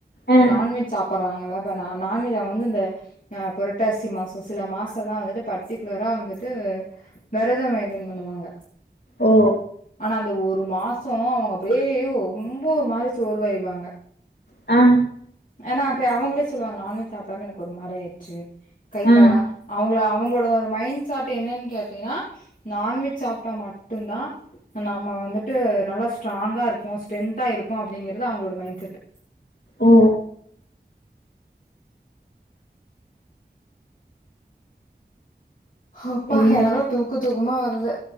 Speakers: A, on the left (about 65°); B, on the left (about 50°).
A: ஆ
B: நான்வெஜ் சாப்பர்றாங்கள்ல அப்ப நா நான்வெஜ் அவுங்க வந்து இந்த அ புரட்டாசி மாசோ சில மாசோ எல்லா வந்துட்டு பர்ட்டிகுலரா வந்துட்டு வெரதோ மெயின்டென் பண்ணுவாங்க.
A: ஓ
B: ஆனா அந்த ஒரு மாசோ அவுங்க அப்டியே ஒ ம்போ ஒரு மாரி சோர்வாயிருவாங்க.
A: அ
B: ஆனா க அவங்ளே சொல்லுவாங்க நான்வெஜ் சாப்டாம எனக்கு ஒரு மாரி ஆயிர்ச்சு. கை
A: ஆ
B: கால்லா அவுங்ள அவுங்ளோட ஒரு மைண் சாட் என்னன் கேட்டீனா நான்வெஜ் சாப்ட்டா மட்டுந்தா நம்ம வந்துட்டு நல்லா ஸ்ட்ராங்கா இருப்போ ஸ்ட்ரென்த்தா இருப்போ அப்டிங்கிறது அவுங்ளோட மைண் செட்டு.
A: ஓ
B: அப்பா
A: சேரி
B: எனக்கு தூக்க தூக்கமா வருது.